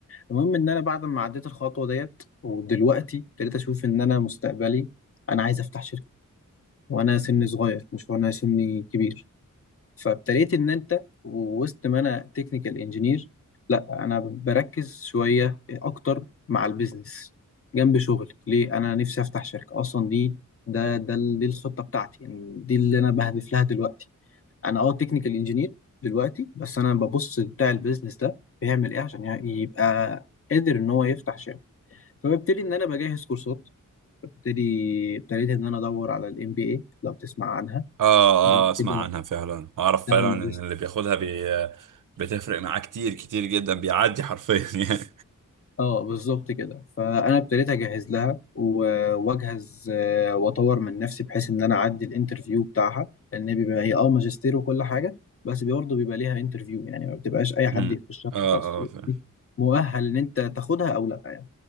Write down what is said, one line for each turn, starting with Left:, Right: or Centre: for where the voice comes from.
Left: المهم ان انا بعد ما عديت الخطوة ديت ودلوقتي ابتديت اشوف ان انا مستقبلي انا عايز افتح شركة وانا سني صغير مش وانا سني كبير فابتديت ان انت وسط ما انا تكنيكال انجينير لا انا بركز شويه اكتر مع البيزنس جنب شغل ليه انا نفسي افتح شركه اصلا دي ده ده ال- دي الخطه بتاعتي يعني دي اللي انا بهدف لها دلوقتي انا اه تكنيكال انجينير دلوقتي بس انا ببص بتاع البيزنس ده بيعمل ايه عشان يعني يبقى قادر ان هو يفتح شركه فببتدي ان انا بجهز كورسات ببتدي ابتديت ان انا ادور على الام بي اي لو تسمع عنها
Right: اه
Left: دي
Right: اه اسمع
Left: كده
Right: عنها فعلا اعرف
Left: نعم
Right: فعلا
Left: ماجستير
Right: ان اللي بياخدها بي... بتفرق معاه كتير كتير جدا بيعدي حرفيا <laughs> يعني
Left: اه بالظبط كده فانا ابتديت اجهز لها و- واجهز آه، واطور من نفسي بحيث ان انا اعدي الانترفيو بتاعها لان بيبقى هي اه ماجستير وكل حاجه بس برضه بيبقى ليها انترفيو يعني ما بتبقاش اي حد
Right: امم
Left: يخشها
Right: اه
Left: خلاص يبقى
Right: اه فاهم
Left: ليك مؤهل ان انت تاخدها او لا